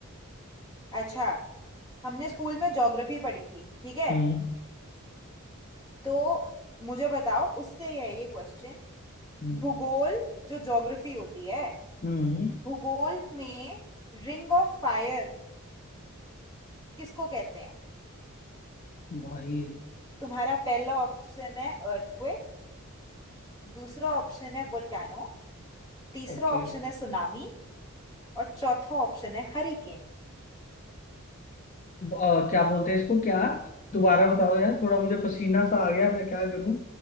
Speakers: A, on the left; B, on the left.
A: अच्छा हमने स्कूल में ज्योग्राफी पढ़ी थी ठीक है
B: हम्म
A: तो मुझे बताओ उससे है ये क्वेश्चन
B: हम्म
A: भूगोल जो ज्योग्राफी होती है
B: हम्म,
A: भूगोल में रिंग ऑफ फायर किसको कहते हैं
B: भाई
A: तुम्हारा पहला ऑप्शन है अर्थक्वेक दूसरा ऑप्शन है वोल्केनो तीसरा
B: ओके
A: ऑप्शन है सुनामी और चौथा ऑप्शन है हरिकेन
B: अ, क्या बोलते हैं इसको क्या दोबारा बताओ यार थोड़ा मुझे पसीना सा आ गया मैं क्या करूं